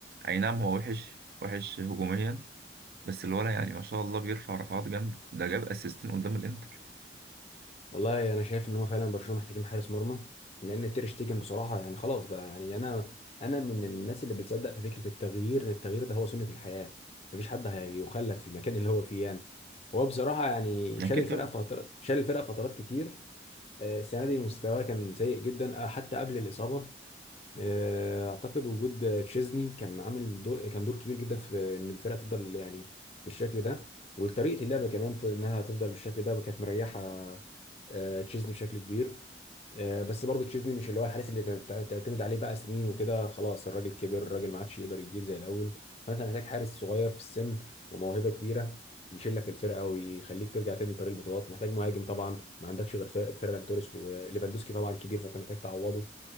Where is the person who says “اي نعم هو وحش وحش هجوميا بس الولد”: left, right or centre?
Right